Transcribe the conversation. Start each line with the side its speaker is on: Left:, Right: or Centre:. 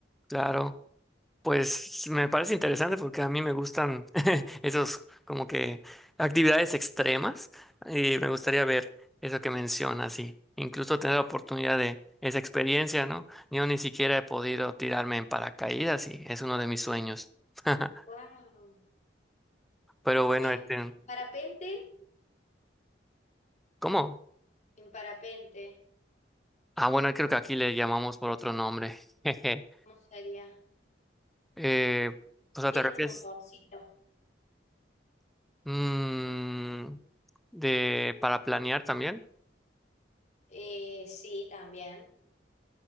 Centre: claro, pues me parece interesante porque a mí me gustan <laughs> esos como que actividades extremas y me gustaría ver eso que mencionas y incluso tener la oportunidad de esa experiencia, ¿no? Yo ni siquiera he podido tirarme en paracaídas y es uno de mis sueños. <laughs>
Left: Wow.
Centre: Pero bueno,
Left: Y en,
Centre: este,
Left: en parapente,
Centre: ¿cómo?
Left: en parapente,
Centre: Ah, bueno, creo que aquí le llamamos por otro nombre. <laughs> Jeje.
Left: ¿cómo sería?
Centre: Eh, o sea,
Left: Tiene
Centre: ¿te refieres
Left: un motorcito.
Centre: mm, de para planear también?
Left: Eh, sí, también,